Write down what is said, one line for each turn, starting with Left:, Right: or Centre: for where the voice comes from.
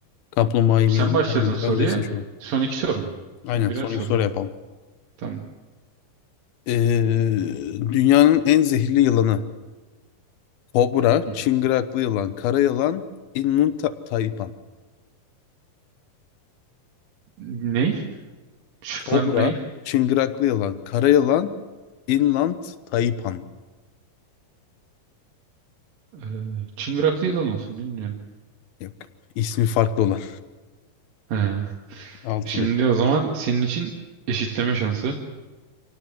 Left: Kaplumbağayı
Right: Sen
Left: bildin.
Right: başladın
Left: Aynen.
Right: soruya.
Left: Öndesin şu an.
Right: Son iki soru mu?
Left: Aynen.
Right: Son birer
Left: Son
Right: soru
Left: iki soru
Right: mu?
Left: yapalım.
Right: Tamam.
Left: Ee, dünyanın en zehirli yılanı. Kobra,
Right: <laughs> Hı hı.
Left: çıngıraklı yılan, kara yılan, inland ta- taipan.
Right: Ney? Şıklar
Left: Kobra,
Right: ney?
Left: çıngıraklı yılan, kara yılan, inland taipan.
Right: Ee, çıngıraklı yılan olsun bilmiyorum.
Left: Yok. İsmi farklı olan.
Right: Ee,
Left: Altı
Right: şimdi
Left: bek.
Right: o zaman senin için eşitleme şansı